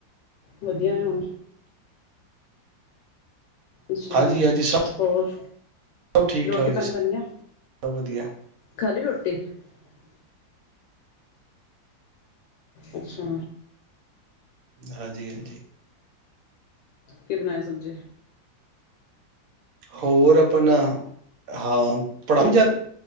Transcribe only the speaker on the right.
ਹਾਂਜੀ ਹਾਂਜੀ
ਸਭ ਠੀਕ
ਠਾਕ
ਜੀ ਸਭ
ਵਧੀਆ
ਹਾਂਜੀ-ਹਾਂਜੀ।
ਹੋਰ ਆਪਣਾ ਹਾਂ ਪੜਾ ਲਿਆ